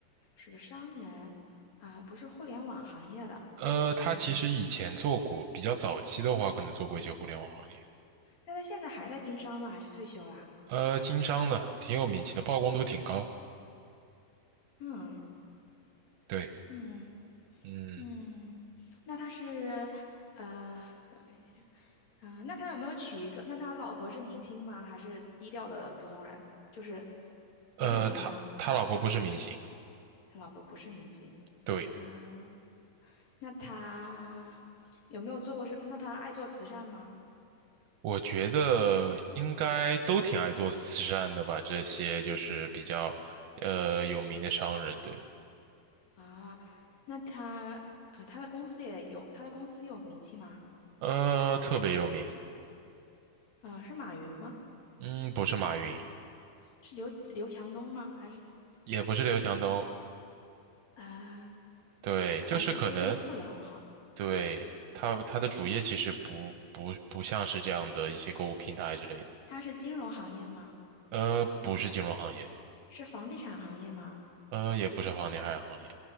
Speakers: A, on the left; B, on the right.
A: 是个商人啊，不是互联网行业的。
B: 呃，他其实以前做过，
A: 嗯，
B: 比较早期的话，可能做过一些互联网行业，
A: 那他现在还在经商吗？还是退休啦？
B: 呃，经商的，挺有名气的，曝光度挺高。
A: 嗯
B: 对，
A: 嗯。
B: 嗯，
A: 嗯，那他是，呃，等一下，啊、那他有没有娶一个？那他老婆是明星吗？还是低调的普通人？就是不是明星吗？
B: 呃，他他老婆不是明星，
A: 他老婆不是明星
B: 对。
A: 啊、那他有没有做过是？那他爱做慈善吗？
B: 我觉得应该都挺爱做慈善的吧，这些就是比较呃有名的商人，对，
A: 啊，那他啊，他的公司也有，他的公司有名气吗？
B: 呃，特别有名，
A: 啊，是马云吗？
B: 嗯，不是马云，
A: 是刘刘强东吗？还是
B: 也不是刘强东，
A: 啊？
B: 对，
A: 不啊，
B: 就是可能
A: 这些都是互联网行。
B: 对他他的主业其实不不不像是这样的一些购物平台之类的，
A: 他是金融行业吗？
B: 呃，不是金融行业，
A: 是房地产行业吗？
B: 呃，也不是房地产行业，